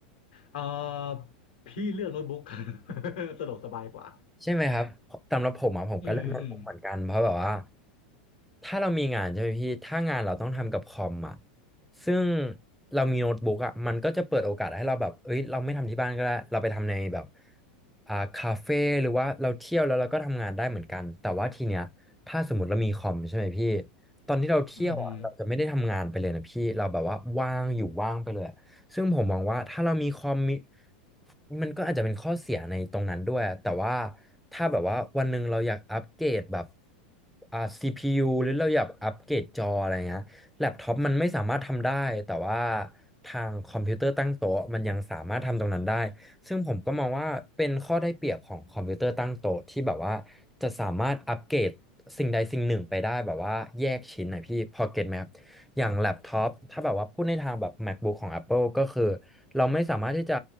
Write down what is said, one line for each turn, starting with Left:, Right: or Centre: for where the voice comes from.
Left: เออพี่เลือกโน้ตบุ๊ก <laughs> สะดวกสบายกว่า
Centre: ใช่ไหมครับสำหรับผมอ่ะผมก็เล่นโน้ตบุ๊กเหมือนกันเพราะแบบว่า
Left: อืมอืม
Centre: ถ้าเรามีงานใช่ไหมพี่ถ้างานเราต้องทำกับคอมอ่ะซึ่งเรามีโน้ตบุ๊กอ่ะมันก็จะเปิดโอกาสให้เราแบบเอ้ยเราไม่ทำที่บ้านก็ได้เราไปทำในแบบอ่าคาเฟ่หรือว่าเราเที่ยวแล้วเราก็ทำงานได้เหมือนกันแต่ว่าทีเนี้ยถ้าสมมติเรามีคอมใช่ไหมพี่ตอนที่เราเที่ยวอ่ะเราจะไม่ได้ทำงานไปเลยนะพี่เราแบบว่าว่างอยู่ว่างไปเลย
Left: อืือ
Centre: ซึ่งผมมองว่าถ้าเรามีคอมมิมันก็อาจจะเป็นข้อเสียในตรงนั้นด้วยแต่ว่าถ้าแบบว่าวันหนึ่งเราอยากอัปเกรดแบบอ่า CPU หรือเราอยากอัปเกรดจออะไรเงี้ยแล็ปท็อปมันไม่สามารถทำได้แต่ว่าทางคอมพิวเตอร์ตั้งโต๊ะมันยังสามารถทำตรงนั้นได้ซึ่งผมก็มองว่าเป็นข้อได้เปรียบของคอมพิวเตอร์ตั้งโต๊ะที่แบบว่าจะสามารถอัปเกรดสิ่งใดสิ่งหนึ่งไปได้แบบว่าแยกชิ้นนะพี่พอเก็ตไหมครับ อย่างแล็ปท็อปถ้าแบบว่าพูดในทางแบบ MacBook ของ Apple ก็คือเราไม่สามารถที่จะ